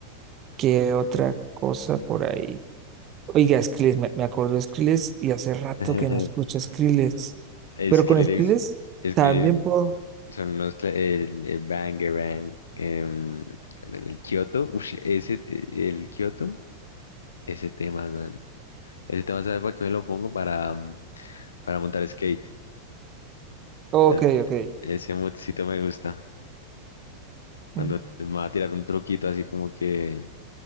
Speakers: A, on the right (about 30°); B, on the left (about 70°).
A: ¿Qué otra cosa por ahí? Oiga, Skrillex, me, me acuerdo de Skrillex y hace rato
B: <laughs>
A: que no escucho Skrillex. Pero
B: Skrillex,
A: con Skrillex
B: Skrillex,
A: también puedo.
B: Son unos, cla- el, el Bangarang, em, el Kyoto, ush, ese, el Kyoto, ese tema, weón. Ese tema, ¿sabes para qué me lo pongo? Para, mm, para montar skate.
A: Ok,
B: Eh,
A: ok.
B: Ese moodcito me gusta. Cuando
A: Mm,
B: me va a tirar un truquito así como que,